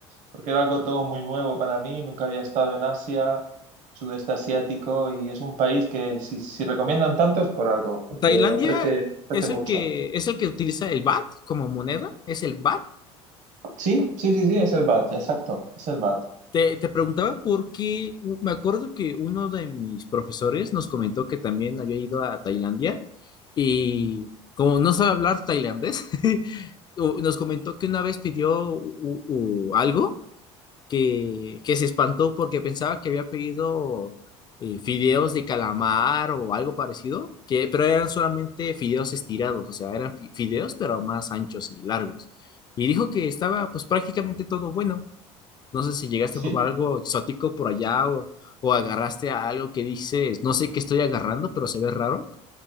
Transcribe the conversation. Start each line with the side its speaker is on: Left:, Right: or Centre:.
Right: porque era algo todo muy nuevo para mí, nunca había estado en Asia, sudeste asiático y es un país que si, si recomiendan tanto es por algo, porque
Left: ¿Tailandia
Right: ofrece, ofrece
Left: es
Right: mucho.
Left: el que es el que utiliza el baht como moneda? ¿Es el baht?
Right: Sí, sí, sí, sí, es el BAT, exacto, es el BAT.
Left: Te, te preguntaba porque u- me acuerdo que uno de mis profesores nos comentó que también había ido a Tailandia y como no sabe hablar tailandés, <laughs> u- nos comentó que una vez pidió u- u- algo que, que se espantó porque pensaba que había pedido eh, fideos de calamar o algo parecido, que, pero eran solamente fideos estirados, o sea, eran fi- fideos pero más anchos y largos. Y dijo que estaba pues prácticamente todo bueno. No sé si llegaste
Right: Sí,
Left: a probar algo exótico por allá o, o agarraste a algo que dices, no sé qué estoy agarrando, pero se ve raro.